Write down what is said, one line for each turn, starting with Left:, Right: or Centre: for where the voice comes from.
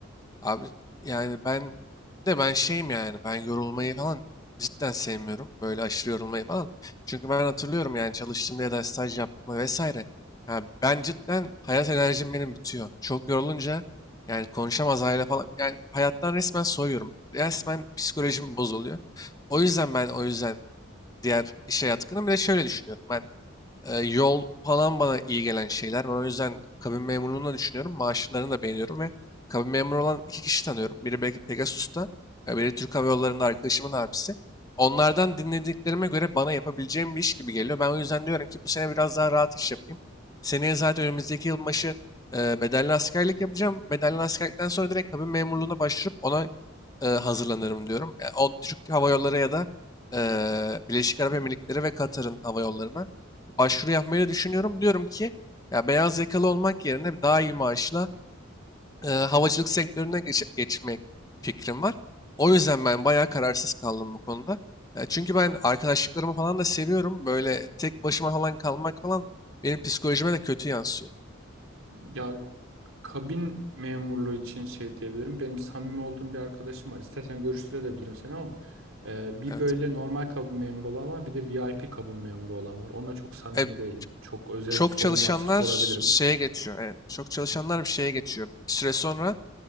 Left: Abi yani ben de ben şeyim yani ben yorulmayı falan cidden sevmiyorum. Böyle aşırı yorulmayı falan. Çünkü ben hatırlıyorum yani çalıştığımda ya da staj yapma vesaire. Yani ben cidden hayat enerjim benim bitiyor. Çok yorulunca yani konuşamaz hale falan. Yani hayattan resmen soyuyorum. Resmen psikolojim bozuluyor. O yüzden ben o yüzden diğer iş hayatı hakkında. Bir de şöyle düşünüyorum ben. Ee, yol falan bana iyi gelen şeyler. Ben o yüzden kabin memurluğunu da düşünüyorum. Maaşlarını da beğeniyorum ve kabin memuru olan iki kişi tanıyorum. Biri belki Pegasus'ta, e, biri Türk Hava Yolları'nda arkadaşımın abisi. Onlardan dinlediklerime göre bana yapabileceğim bir iş gibi geliyor. Ben o yüzden diyorum ki bu sene biraz daha rahat iş yapayım. Seneye zaten önümüzdeki yılbaşı e, bedelli askerlik yapacağım. Bedelli askerlikten sonra direkt kabin memurluğuna başvurup ona e, hazırlanırım diyorum. Yani o Türk Hava Yolları ya da e, Birleşik Arap Emirlikleri ve Katar'ın hava yollarına başvuru yapmayı da düşünüyorum. Diyorum ki ya beyaz yakalı olmak yerine daha iyi maaşla e, havacılık sektörüne geç- geçmek fikrim var. O yüzden ben bayağı kararsız kaldım bu konuda. Ya çünkü ben arkadaşlıklarımı falan da seviyorum. Böyle tek başıma falan kalmak falan benim psikolojime de kötü yansıyor.
Right: Ya kabin memurluğu için şey diyebilirim. Benim samimi olduğum bir arkadaşım var. İstersen görüştürebilirim seni ama e, bir
Left: Evet.
Right: böyle normal kabin memuru olan var, bir de VIP kabin memuru olan var. Ona çok samimi
Left: E,
Right: değilim. Çok özel
Left: çok
Right: bir sorun
Left: çalışanlar
Right: varsa sorabilirim.
Left: şeye geçiyor. Evet, çok çalışanlar bir şeye geçiyor. Bir süre sonra